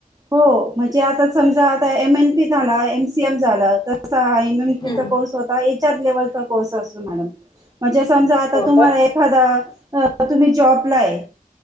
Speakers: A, on the right (about 25°); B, on the left (about 30°).
A: हो. म्हणजे आता समजा, आता एम एन पी झाला एम सी एम झाला, तर कसा हा एम एन
B: हम्म
A: पी चा कोर्स होता, एच आर लेवलचा कोर्स असतो मॅडम. म्हणजे समजा आता
B: हो
A: तुम्हाला
B: का
A: एखादा, तुम्ही जॉबला आहे.